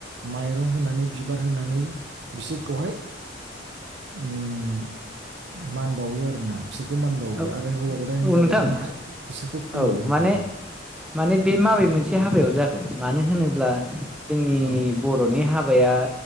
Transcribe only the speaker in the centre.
औ
औ नोंथां
औ
माने
माने बे माबे मोनसे हाबायाव जागोन मानो होनोब्ला जोंनि
बरनि हाबाया